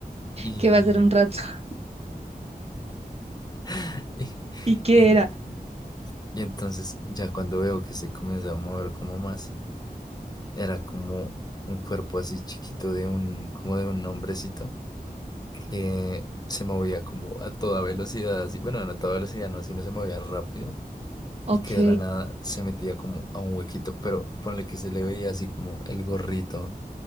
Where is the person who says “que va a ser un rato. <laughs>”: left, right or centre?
Right